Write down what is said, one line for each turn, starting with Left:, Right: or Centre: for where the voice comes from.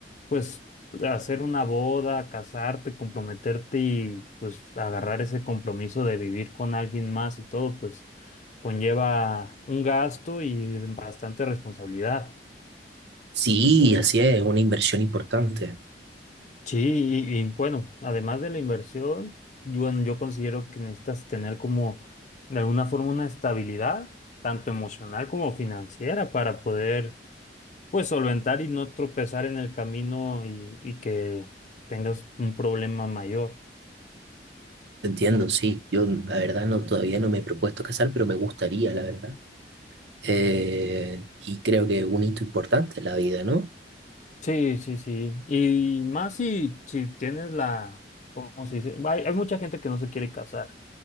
Left: pues, hacer una boda, casarte, comprometerte y, pues, agarrar ese compromiso de vivir con alguien más y todo, pues, conlleva un gasto y bastante responsabilidad.
Right: Sí,
Left: Entonces,
Right: así
Left: sí.
Right: es, una inversión importante.
Left: Sí, y, y, bueno, además de la inversión, yo, bueno, yo considero que necesitas tener como de alguna forma una estabilidad, tanto emocional como financiera, para poder pues solventar y no tropezar en el camino y, y que tengas un problema mayor.
Right: Te entiendo, sí. Yo, la verdad, no, todavía no me he propuesto casar, pero me gustaría, la verdad. Eh, y creo que un hito importante en la vida, ¿no?
Left: Sí, sí, sí. Y más si, si tienes la, ¿cómo se dice? Hay, hay mucha gente que no se quiere casar.